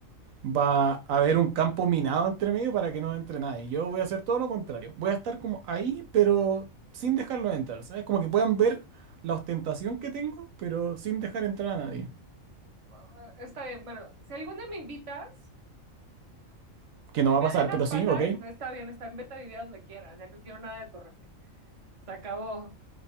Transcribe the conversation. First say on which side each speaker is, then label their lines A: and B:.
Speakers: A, on the right (about 75°); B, on the right (about 30°).
A: Va a haber un campo minado entre medio para que no entre nadie. Yo voy a hacer todo lo contrario. Voy a estar como ahí, pero sin dejarlos entrar, ¿sabes? Como que puedan ver la ostentación que tengo, pero sin dejar entrar a nadie.
B: Eh, Está bien, bueno, si algún día me invitas
A: Que no
B: y
A: va
B: me
A: a pasar,
B: dejas
A: pero
B: pasar,
A: sí, ok.
B: está bien, está bien, vete a vivir a donde quieras, ya no quiero nada de tu refri. Se acabó.